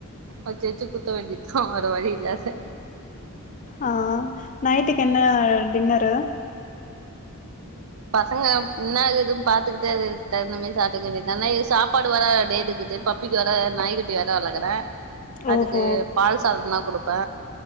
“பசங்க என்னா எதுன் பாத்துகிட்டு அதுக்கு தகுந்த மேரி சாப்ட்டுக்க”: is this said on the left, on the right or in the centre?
Right